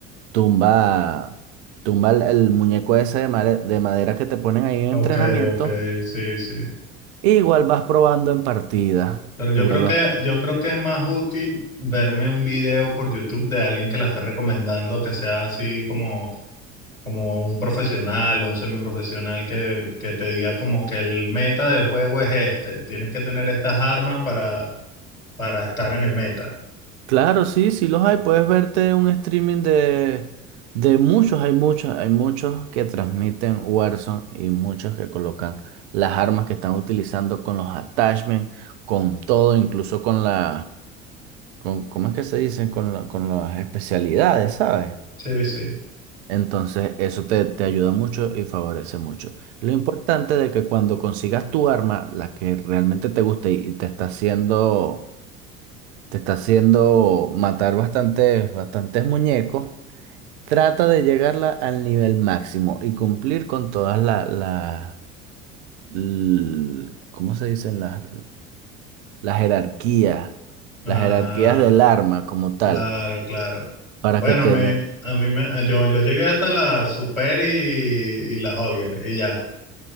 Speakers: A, on the right; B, on the left.
A: tumba tumba el, el muñeco ese de, mare- de madera que te ponen ahí en
B: ok,
A: entrenamiento,
B: ok, sí, sí.
A: e igual vas probando en partida.
B: Pero yo
A: Igual
B: creo que,
A: vas.
B: yo creo que es más útil verme un video por YouTube de alguien que la esté recomendando, que sea así como como un profesional o un semiprofesional que, que te diga como que el meta del juego es este, tienes que tener estas armas para, para estar en el meta.
A: Claro, sí, sí los hay. Puedes verte un streaming de, de muchos, hay muchos, hay muchos que transmiten Warzone y muchos que colocan las armas que están utilizando con los attachments, con todo, incluso con la, con, ¿cómo es que se dicen? Con la, con las especialidades, ¿sabes?
B: Sí, sí.
A: Entonces, eso te, te ayuda mucho y favorece mucho. Lo importante de que cuando consigas tu arma, la que realmente te guste y y te está haciendo, te está haciendo matar bastantes, bastantes muñecos, trata de llegarla al nivel máximo y cumplir con todas las, la, la- l- ¿cómo se dicen? Las, las jerarquías,
B: Ajá,
A: las jerarquías del arma como tal,
B: claro, claro.
A: para
B: Bueno,
A: que te
B: a mí,
A: den
B: a mí me, yo, yo llegué hasta la Super y, y la Holger y ya,